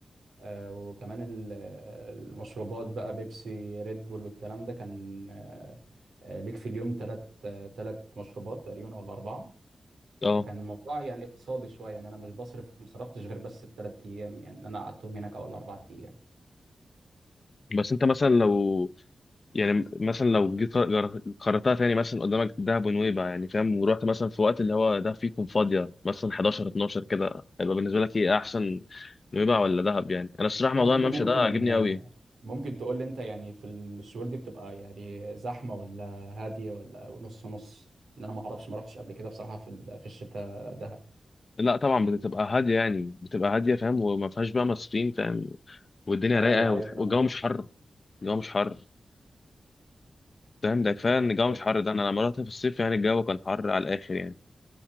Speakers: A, on the right; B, on the left.
A: آه، وكمان ال- المشروبات بقى بيبسي ريد بول والكلام ده كان آه، آه، ليك في اليوم ثلاث ثلاث مشروبات تقريبا ولا أربعة
B: اه
A: فكان الموضوع يعني اقتصادي شوية يعني أنا مش بصرف مصرفتش غير بس الثلاث أيام يعني اللي أنا قعدتهم هناك أو الأربع أيام
B: بس انت مثلا لو يعني مثلا لو جيت قر- جر- قررتها تاني مثلا قدامك دهب ونويبع يعني فاهم ورحت مثلا في وقت اللي هو ده فيكم فاضية مثلا 11 12 كده هيبقى بالنسبة لك ايه احسن نويبع ولا دهب يعني انا الصراحة
A: يعني
B: موضوع
A: أنت
B: الممشى
A: ممكن
B: ده عاجبني
A: آه،
B: قوي
A: ممكن تقول لي أنت يعني في الشهور دي بتبقى يعني زحمة ولا هادية ولا نص نص إن أنا ما أعرفش ما رحتش قبل كده بصراحة في ال- في الشتاء دهب
B: لا طبعا بتبقى هادية يعني بتبقى هادية فاهم وما فيهاش بقى مصريين فاهم والدنيا
A: أيوه
B: رايقة
A: أيوه
B: وتح-
A: فاهم
B: والجو مش حر الجو مش حر فاهم ده كفاية
A: فاهم.
B: ان الجو مش حر ده انا لما رحت في الصيف يعني الجو كان حر على الاخر يعني